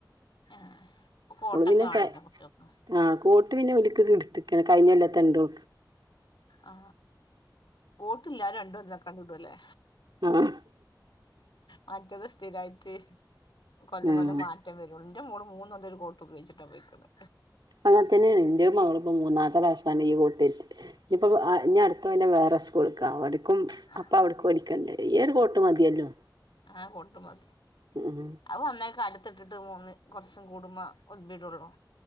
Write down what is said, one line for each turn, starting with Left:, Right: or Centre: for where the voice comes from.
Left: ആഹ് ഇപ്പൊ കോട്ടൊക്കെ
Right: മ്മള് പിന്നെ
Left: വേണല്ലോ
Right: ക്കെ
Left: കുട്ടികൾക്ക്
Right: ആ കോട്ട് പിന്നെ ഓര്ക്ക്‌ ഒക്കെ എടുത്ത്ക്കാണ്. കഴിഞ്ഞൊല്ലത്തെ ഇണ്ടോ?
Left: ആ കോട്ടില്ലാരും രണ്ടോല്ലോക്കെ അങ്ങട് ഇടുംല്ലേ.
Right: ആഹ്
Left: മറ്റത് ത്തിരായിട്ട് കൊല്ലം
Right: ആഹ്
Left: കൊല്ലം മാറ്റം വരോള്ളു. ന്റെ മോള് മൂന്നോ ഒര് കോട്ട് ഉപയോഗിച്ചിട്ടാ പോയിക്ക്ണ്.
Right: അങ്ങനെത്തന്നെയാണ്. ന്റെ മകളും ഇപ്പോ മൂന്നാത്തെ പ്രാവശ്യാണ് ഈ <unintelligible> തെറ്റ് ഇപ്പത് ആ ഞ് അടുത്ത കൊല്ലം വേറേ ത്തേക്ക വട് ക്കും
Left: ആ
Right: അപ്പോ അവിടെക്ക്‌ വേടിക്കണ്ടേ? ഏത് കോട്ട് മതിയല്ലോ
Left: ആ കോട്ട് മതി.
Right: ഉം
Left: അത് വന്നേക്ക അടുത്തിട്ടിട്ട് മൂന്ന് കുറച്ചും കൂടുമ്പോ ഒലിമ്പിടുള്ളൂ